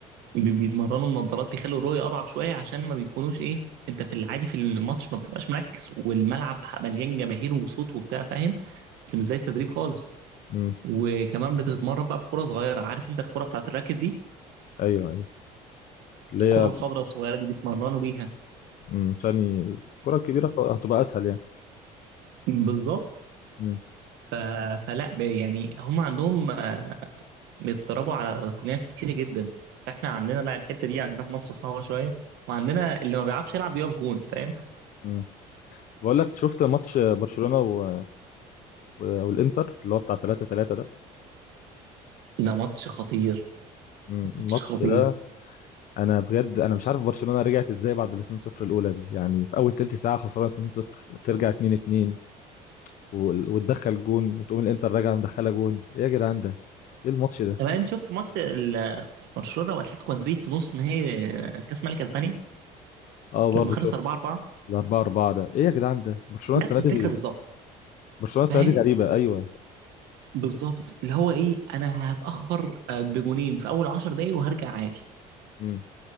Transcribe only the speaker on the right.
بي- بيتمرنوا بنظارات بيخلوا الرؤية أضعف شوية عشان ما بيكونوش إيه أنت في العادي في الماتش ما بتبقاش مركز والملعب مليان جماهير وصوت وبتاع فاهم أنت مش زي التدريب خالص
وكمان بتتمرن بقى بكرة صغيرة عارف أنت الكرة بتاعت الراكت دي
الكرة
الخضراء الصغيرة دي بيتمرنوا بيها
بالظبط
ف... فلا ب- يعني هم عندهم آه، بيتدربوا على تقنيات كتيرة جدا فاحنا عندنا لا الحتة دي عندنا في مصر صعبة شوية وعندنا اللي ما بيعرفش يلعب بيقف جون فاهم
ده ماتش خطير
ماتش خطير
طب انت شفت ماتش ال- برشلونه واتلتيكو مدريد في نص نهائي كاس ملك اسبانيا
لما خلص
4 4
نفس
الفكره بالظبط
فاهم
بالظبط اللي هو ايه انا هتاخر آه، بجونين في اول 10 دقايق وهرجع عادي